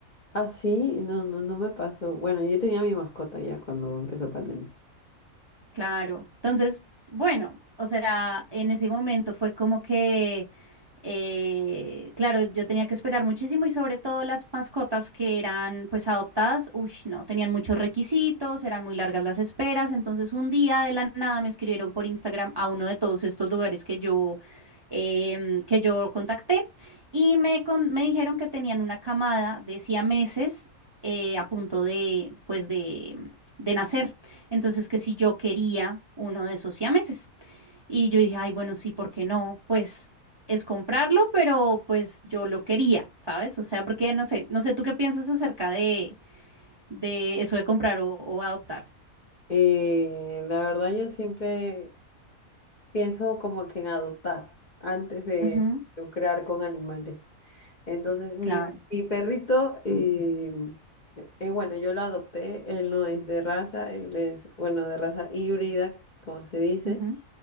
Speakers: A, on the left; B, on the right.
A: Ah, sí, no, no, no me pasó. Bueno, yo tenía mi mascota ya cuando empezó pandemia.
B: Claro. Entonces, bueno, o sea, en ese momento fue como que, eh, claro, yo tenía que esperar muchísimo y sobre todo las mascotas que eran pues adoptadas, uy, no, tenían muchos requisitos, eran muy largas las esperas, entonces un día de la nada me escribieron por Instagram a uno de todos estos lugares que yo, em, que yo contacté y me, con- me dijeron que tenían una camada de siameses eh, a punto de, pues de de nacer. Entonces, que si yo quería uno de esos siameses. Y yo dije, ay, bueno, sí, ¿por qué no? Pues es comprarlo, pero pues yo lo quería, ¿sabes? O sea, porque no sé, no sé, ¿tú qué piensas acerca de, de eso de comprar o, o adoptar?
A: Eh, la verdad, yo siempre pienso como que en adoptar antes de
B: Ujú,
A: lucrar con animales. Entonces, mi,
B: claro.
A: mi perrito, eh, eh, bueno, yo lo adopté, él no es de raza, él es, bueno, de raza híbrida, como se dice,
B: ujú,